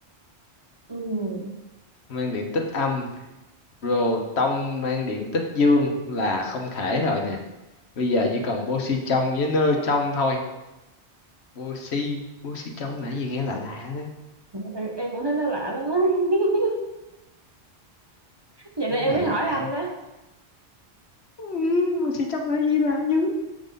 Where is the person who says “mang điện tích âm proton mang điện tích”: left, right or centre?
Left